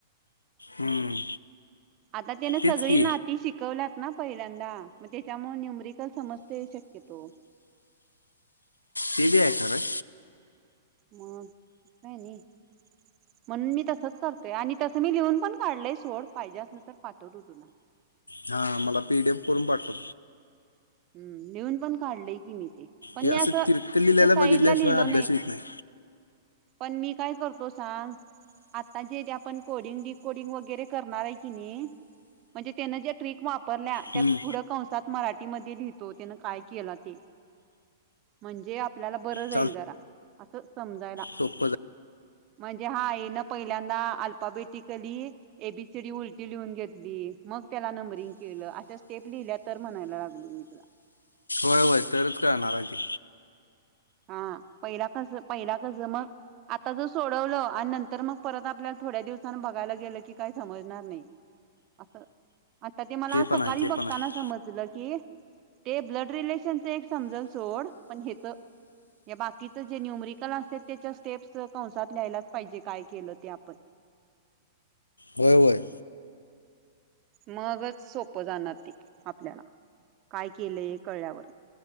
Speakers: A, on the left; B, on the right.
A: हम्म
B: आता तेन
A: तेच
B: सगळी
A: की
B: नाती शिकवल्यात ना? पहिल्यांदा मग तेच्यामुळ न्युमरिकल समजतंय शक्यतो.
A: ते बी हाय खरं.
B: मग काय आणि म्हणून मी तसच करतोय आणि तसं मी लिहून पण काढलय सोड, पाहिजे असलं तर पाठवतो तुला.
A: हा मला पीडीएफ करून पाठव.
B: हूम लिहून पण काढलय की मी. ते पण
A: हे
B: मी
A: असं तिरक लिहिलेलं
B: त्याच्या साईडला
A: बघितल्याशिवाय
B: लिहिलो
A: अभ्यास होत नाही.
B: पण मी काय करतो सांग आता जेे जे आपण कोडिंग, डी कोडिंग वगैरे करणार काय की नी म्हणजे तेन ज्या ट्रीक वापरल्या त्यात
A: हम्म
B: पुढं कंसात मराठीमध्ये लिहितो तेन काय केला ते? म्हणजे आपल्याला बर जाईल
A: चाल
B: जरा, आस समजायला.
A: सोपं जाईल
B: म्हणजे हा ये न पहिल्यांदा alphabetically A B C D उलटी लिहून घेतली. मग त्याला नंब्रींग केल, अशा स्टेप लिहिल्या तर म्हणालोय तुला
A: होय होय, तरच कळणार हाय ते.
B: हा पहिला कस पहिला कस मग. आता जर सोडवलं आणि नंतर मग परत आपल्याला थोड्या दिवसांनी बघायला गेलं की काही समजणार नाही. असं आता ते मला
A: पण
B: सकाळी
A: आहे ते
B: बघताना
A: पण आहे
B: समजलं की. ते ब्लड रिलेशनच एक समजल सोड पण हेेत. या बाकीच जे न्युमरिकल असत त्याच्या स्टेप्स कंसात ल्यायलाच पाहिजे काय केलं ते आपण.
A: होय होय
B: मगच सोपं जाणार ते आपल्याला काय केलं हे कळल्यावर.